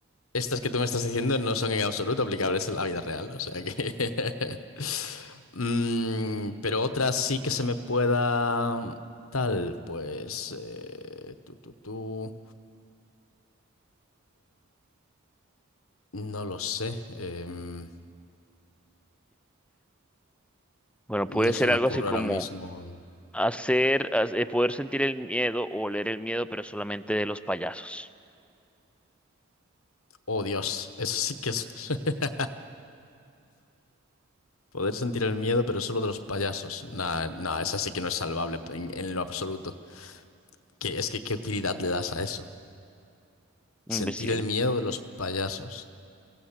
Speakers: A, on the left; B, in the centre.
A: Estas que tú me estás diciendo no son en absoluto aplicables en la vida real, o sea que... <laughs> Mm, pero otras sí que se me pueda... Tal, pues... eh, tú, tú, tú, No lo sé. em,
B: Bueno, puede
A: no
B: ser
A: se me
B: algo
A: ocurre
B: así como
A: ahora mismo...
B: hacer, haz- eh, poder sentir el miedo o oler el miedo, pero solamente de los payasos.
A: Oh, Dios, eso sí que es... <laughs> Poder sentir el miedo, pero solo de los payasos. Nah, nah, esa sí que no es salvable en, en lo absoluto. Que es que qué utilidad le das a eso? Sentir
B: Mm, pues sí,
A: el miedo de los payasos.